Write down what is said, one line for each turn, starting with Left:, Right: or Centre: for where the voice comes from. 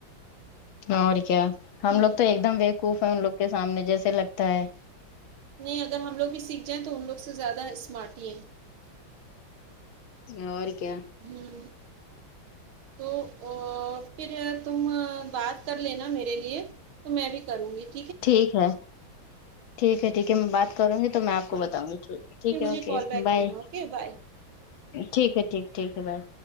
Left: اور کیا ہم
Right: ہوں
Left: لوگ تو ایک دم بےقوف ہے ان لوگ کے سامنے جیسے لگتا ہے
Right: نہیں اگر ہم لوگ بھی سیکھ جائیں تو ان لوگ سے زیادہ اسمارٹ ہی ہیں
Left: اور کیا
Right: ہوں تو ا اور پھر تم بات کر لینا میرے لیے تو میں بھی کروں گی
Left: ٹھیک ہے ٹھیک ہے ٹھیک ہے میں بات کروں گی تو میں آپ کو
Right: ہاں
Left: بتاؤں گی ٹھیک ہے ٹھیک
Right: پھر مجھے
Left: ہے اوکے
Right: کال بیک
Left: بائے
Right: کرنا اوکے بائے
Left: ٹھیک ہے ٹھیک ٹھیک ہے بائے